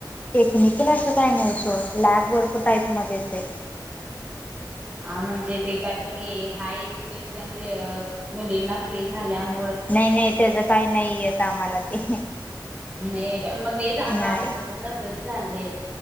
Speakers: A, on the left; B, on the right.
A: टेक्निकल असं काही नइ सोड लॅब वर्क टाईप मदे येतय
B: हा म्हणजे ते कायतरी हाय एज्युकेशन लेअ मुलींना फ्री झाल्यामु
A: नइ नइ तेज काय नइ येत आमाला ते
B: नइय काय म तेच अग
A: नाही
B: आमचं पण तसच झालंय